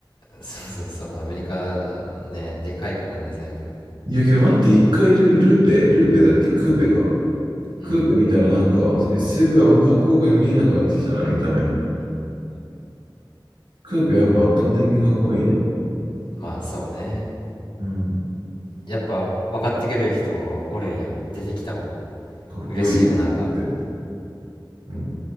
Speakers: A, on the left; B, on the right.
A: そうそうそうアメリカねでかいからね全部
B: いやけど待って、一回ル、ルーペ、ルーペだっけクーペか。
A: うん
B: クーペ見たらなんか SUV あんまかっこよく見えなくなってきたな、見た目。クーペやっぱ圧倒的にかっこいいね。
A: まあそうね
B: うん。
A: やっぱ分かってくれる人おるんや出てきたわ
B: かっこいい。
A: 嬉しいわなんか
B: ってうん。